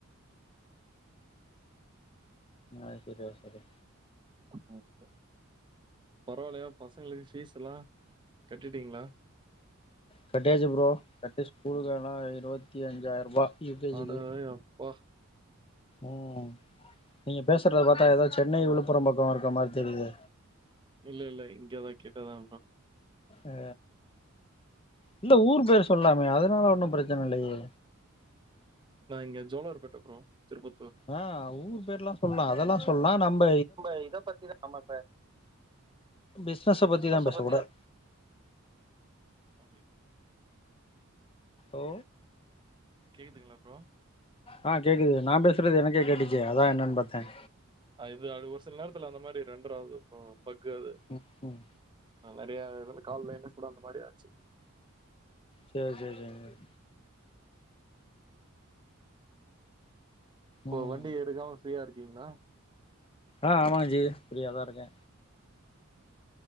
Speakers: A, on the left; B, on the right.
A: ஆ செரி வர சொல்லு
B: அப்ப பரவாயில்லையா பசங்களுக்கு ஃபீஸ் எல்லா கெட்டிட்டீங்ளா
A: கெட்டியாச்சி ப்ரோ கெட்டி ஸ்கூலுக்கு எல்லா இருவத்தி அஞ்சாயிருபா யு கே ஜி
B: அட
A: கு
B: அப்பா!
A: ம் நீங்க பேசுறத பாத்தா ஏதோ சென்னை விழுப்புரம் பக்கம் இருக்கற மாரி தெரிது
B: இல்ல இல்ல இங்கதான் கிட்டதான் ப்ரோ
A: ஆ இல்ல ஊர் பேர் சொல்லாமே அதனால ஒன்னும் பெரச்சன இல்லயே
B: நா இங்க ஜோலார்பேட்ட ப்ரோ திருப்பத்தூர்
A: ஆ ஊர் பேர்லா சொல்லா அதெல்லா சொல்லாம் நம்ப
B: நம்ப இத பத்திதான் ஆமாப்பே
A: பிசினஸ பத்திதா
B: பிஸ்னஸ்
A: பேசக்கூடாது
B: பத்திதான் அப்டி
A: ஓ
B: கேக்குதுங்ளா ப்ரோ
A: அ கேக்குது நான் பேசுறது எனக்கே கேட்டுச்சு அதா என்னன்னு பாத்தேன்
B: அ இது ஒரு சில நேரத்துல அந்த மாரி ரெண்டர ஆவுது அ பக்கு அது
A: ம்
B: அ நெறைய இது கால்ல எனக்கூட அந்த மாரி ஆச்சு
A: சேரி சேரி சேர் ம்
B: ஒ வண்டி எடுக்காம ஃப்ரீயா இருக்கீங்ளா
A: அ ஆமாங்ஜி ஃப்ரீயா தா இருக்கே